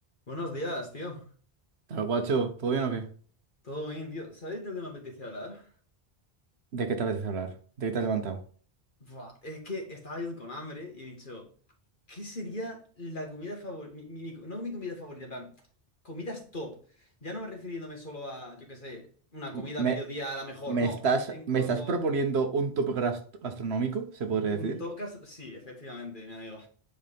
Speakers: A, on the left; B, on the right.
A: Buenos días, tío.
B: Tal guacho, ¿todo bien o qué?
A: Todo bien, tío. ¿Sabéis de lo que me apetecía hablar?
B: ¿De qué te apetece hablar? ¿De qué te has levantado?
A: Buah, es que estaba yo con hambre y he dicho, ¿qué sería la comida favorita? no mi comida favorita, en plan, comidas top. Ya no me refiriéndome solo a, yo qué sé, una comida
B: M- ¿Me,
A: a mediodía a la mejor,
B: me
A: no.
B: estás,
A: En
B: me
A: cuanto
B: estás proponiendo un tope gras- gastronómico, se podría
A: un
B: decir?
A: top, cas- sí, efectivamente, mi amigo.